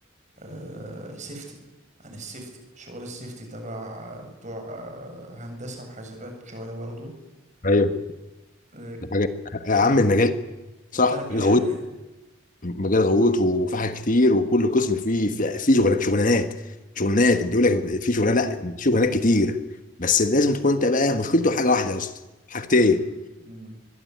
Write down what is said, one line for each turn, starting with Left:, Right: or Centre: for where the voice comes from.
Right: آه، سيفتي عن السيفتي شغل السيفتي تبع آه، بتوع آه، هندسة وحاسبات شوية برضو
Left: ايوه
Right: آه،
Left: حاجة يا عم
Right: كلام
Left: المجال صح
Right: كلام حلو
Left: غويط
Right: يعني
Left: مجال غويط وفي حاجات كتير وكل قسم فيه فيه فيه شغلانات شغلانات شغلانات اللي يقول لك في شغلانه لا شغلانات كتير بس لازم تكون انت بقى مشكلته حاجه واحده يا اسطى حاجتين
Right: مم. مم.